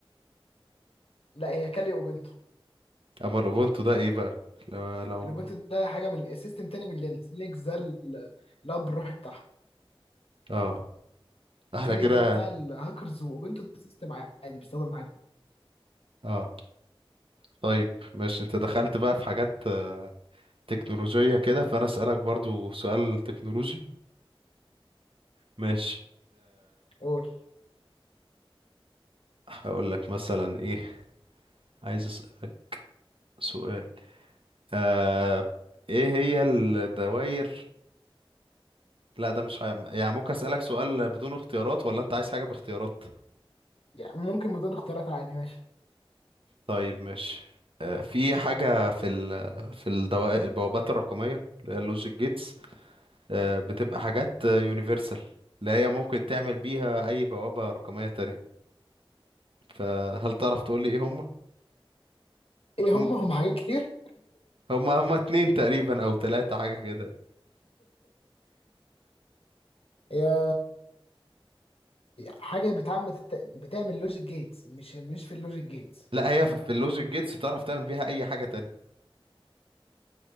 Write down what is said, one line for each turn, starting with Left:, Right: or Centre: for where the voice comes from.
Left: لا هي كالي اوبنتو
Right: اما الاوبونتو ده ايه بقى لو لو
Left: الاوبنتو ده حاجه من سيستم تاني من لينكس لينكس ده ال- الاب الروحي بتاعهم
Right: اه احنا
Left: كالي
Right: كده
Left: ده بتاع الهاكرز واوبنتو ده سيستم عادي بيستخدم عادي
Right: اه طيب ماشي انت دخلت بقى في حاجات آه، تكنولوجية كده فانا اسألك برضو سؤال تكنولوجي ماشي
Left: قول
Right: هقول لك مثلا ايه عايز اسالك سؤال آه ايه هي الدوائر لا ده مش ح... يعني ممكن اسالك سؤال بدون اختيارات ولا انت عايز حاجه باختيارات
Left: يعني ممكن بدون اختيارات عادي ماشي
Right: طيب ماشي آه في حاجه في ال... في الدوائر البوابات الرقميه اللي هي اللوجيك جيتس آه بتبقى حاجات يونيفرسال اللي هي ممكن تعمل بيها اي بوابه رقميه تانية فهل تعرف تقول لي ايه هم
Left: ايه هم
Right: هم
Left: هم حاجات كتير
Right: هم هم اتنين تقريبا او تلاتة حاجه كده
Left: يا حاجه بتعمل بتعمل لوجيك جيتس مش مش في اللوجيك جيتس
Right: لا هي في اللوجيك جيتس تعرف تعمل بيها اي حاجه تانية